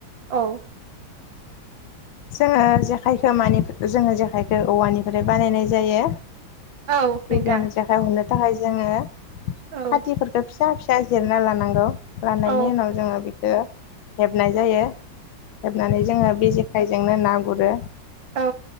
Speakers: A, on the right; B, on the left.
A: औ
B: जोङो जेखायखो मानि जोङो जेखायखो औवानिफ्राय बानायनाय जायो।
A: औ
B: खिबान
A: नोंथां
B: जेखाय हमनो थाखाय जोङो
A: औ
B: खाथिफोरखौ फिसा फि सा जिरना लानांगौ। लानायनि
A: औ
B: उनाव जोङो बिखो हेबनाय जायो‌। हेबनानै जोङो बेेजो खाइजोंनो ना गुरो।
A: औ